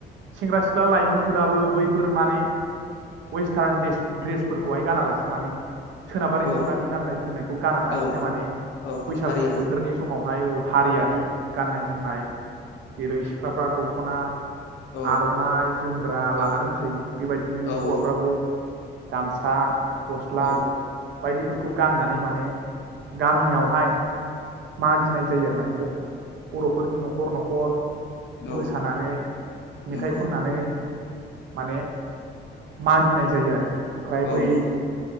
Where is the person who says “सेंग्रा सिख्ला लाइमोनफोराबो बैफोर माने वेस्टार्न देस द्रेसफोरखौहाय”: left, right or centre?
Right